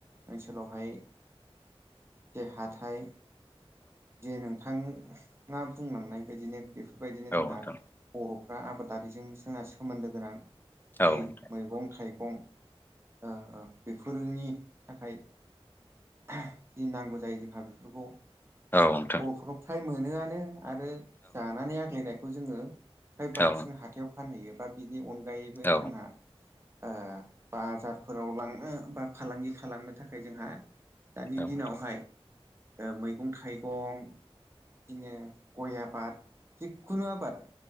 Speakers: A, on the right (about 25°); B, on the left (about 20°).
A: ओनसोलावहाय जे हाथाय जे नोंथाङा बुंलांनाय बायदिनो बेफोर बेफोरबायदिनो
B: औ
A: जोंहा
B: नोंथां
A: बर'फ्रा आबादारिजों जोंहा सोमोनदो गोनां जि
B: औ नोंथां
A: मैगं थाइगं गं ओ ओ बेफोरनि थाखाय जि नांगौ जायो जोंहा बेफोरखौ
B: औ नोंथों
A: बर'फोरनाव फ्राय मोनोयानो आरो जानानै आग्लायनायखौ जोङो फ्राय बांसिन
B: औ
A: हाथायाव फानहैयो बा बिनि अनगायैबो
B: औ
A: जोंहा ओ बाजारफोराव लांनो बा फालांगि खालामनो थाखाय जोंहा दानि
B: औ
A: दिनावहाय
B: नोंथां
A: ओ मैगं थाइगं बिदिनो गय आबाद जिखुनु आबाद